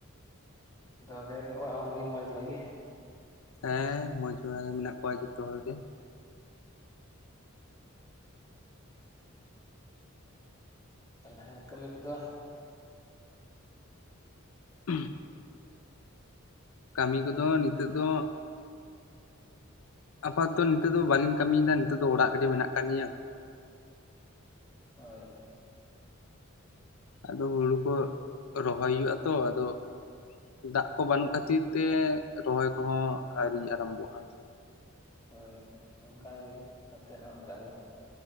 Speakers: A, on the left; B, on the left.
A: ᱟᱫᱚ ᱟᱵᱮᱱ ᱨᱮᱱ ᱚᱲᱟᱜ ᱦᱚᱲ ᱜᱤ ᱢᱚᱡᱽ ᱵᱟᱲᱟ ᱜᱮ?
B: ᱦᱮᱸ ᱢᱚᱡᱽ ᱵᱟᱲᱟ ᱜᱮ ᱢᱮᱱᱟᱜ ᱠᱚᱣᱟ ᱡᱚᱛᱚ ᱦᱚᱲ ᱜᱮ
A: ᱛᱟᱦᱚᱞᱮ ᱠᱟᱹᱢᱤ ᱠᱚᱫᱚ
B: ᱦᱩᱸ ᱠᱟᱹᱢᱤ ᱠᱚᱫᱚ ᱱᱤᱛᱚᱜ ᱫᱚ ᱟᱯᱟᱛᱚ ᱱᱤᱛᱚᱜ ᱫᱚ ᱵᱟᱹᱞᱤᱧ ᱠᱟᱹᱢᱤᱭᱫᱟ ᱱᱤᱛᱚᱜ ᱫᱚ ᱚᱲᱟᱜ ᱨᱮᱜᱮ ᱢᱮᱱᱟᱜ ᱠᱟᱞᱤᱧᱟ
A: ᱦᱳᱭ ᱦᱳᱭ
B: ᱟᱫᱚ ᱦᱩᱲᱩ ᱠᱚ ᱨᱚᱦᱚᱭ ᱦᱩᱭᱩᱜᱼᱟ ᱛᱚ ᱟᱫᱚ ᱫᱟᱜᱽ ᱠᱚ ᱵᱟᱹᱱᱩᱜ ᱠᱷᱟᱹᱛᱤᱨ ᱛᱮ ᱨᱚᱦᱚᱭ ᱠᱚᱦᱚᱸ ᱟᱹᱨᱤ ᱟᱨᱟᱢᱵᱚᱜᱼᱟ ᱾
A: ᱦᱳᱭ ᱚᱱᱠᱟᱜᱮ ᱱᱚᱛᱮ ᱦᱚᱸ ᱚᱱᱠᱟᱜᱮ᱾